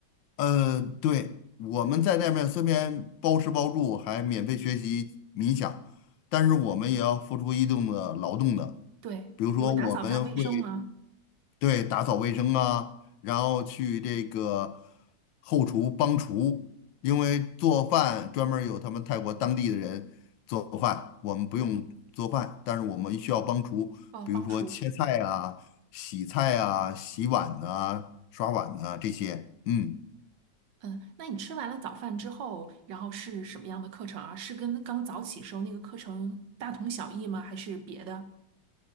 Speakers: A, on the left; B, on the right.
A: 呃，对，我们在那边虽然包吃包住，还免费学习冥想，但是我们也要付出一定的劳动的。
B: 对，
A: 比如说，
B: 比如打扫一下卫生吗？
A: 我们会。对，打扫卫生啊，然后去这个后厨帮厨，因为做饭专门儿有他们泰国当地的人做饭，我们不用做饭，但是我们需要帮厨，
B: 哦，
A: 比如说切菜啊、
B: 帮厨。
A: 洗菜啊、洗碗呐、刷碗呐、这些，嗯。
B: 嗯，那你吃完了早饭之后，然后是什么样的课程啊？是跟刚早起时候那个课程大同小异吗？还是别的？